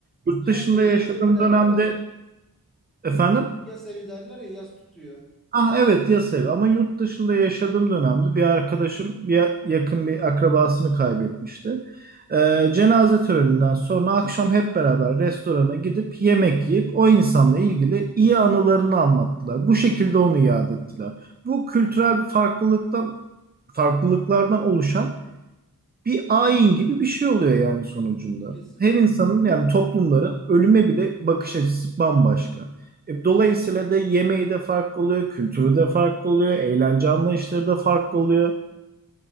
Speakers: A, on the right; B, in the centre.
A: Yurt
B: Yas
A: dışında
B: evi,
A: yaşadığım
B: yas evi derler
A: dönemde
B: ya.
A: efendim
B: Yas evi derler ya yas tutuyor.
A: Ah evet yas evi ama yurt dışında yaşadığım dönemde bir arkadaşım bir yakın bir akrabasını kaybetmişti. Ee, cenaze töreninden sonra akşam hep beraber restorana gidip yemek yiyip o insanla ilgili iyi anılarını anlattılar. Bu şekilde onu yad ettiler. Bu kültürel bir farklılıktan farklılıklardan oluşan bir ayin gibi bir şey oluyor yani sonucunda.
B: Kesinlikle.
A: Her insanın yani toplumların ölüme bile bakış açısı bambaşka. E, dolayısıyla da yemeği de farklı oluyor, kültürü de farklı oluyor, eğlence anlayışları da farklı oluyor